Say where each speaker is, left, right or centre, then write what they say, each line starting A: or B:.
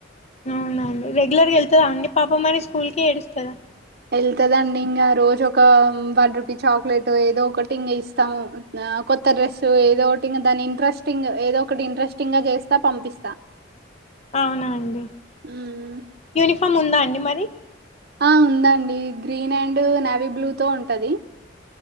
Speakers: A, on the left (about 35°); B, on the right (about 55°).
A: అవునడి రెగ్యులర్గా వెళ్తుా అండి పాప మరి స్కూల్ కి ఏడుస్తుందా
B: వెళ్తుదండి ఇంకా రోజు ఒక వన్ రూపీ చాక్లెట్ ఏదో ఒకటి ఇంకా ఇస్తాము కొత్త డ్రెస్సు ఏదో ఒకటి దాన్ని ఇంట్రెస్టింగ్ ఏదో ఒకటి ఇంట్రెస్టింగ్ గా చేస్తా పంపిస్తా
A: అవునా అండి
B: హ్మ్.
A: యూనిఫామ్ ఉందా అండి మరి
B: ఆ ఉందండి గ్రీన్ అండ్ నావీ బ్లూ తో ఉంటది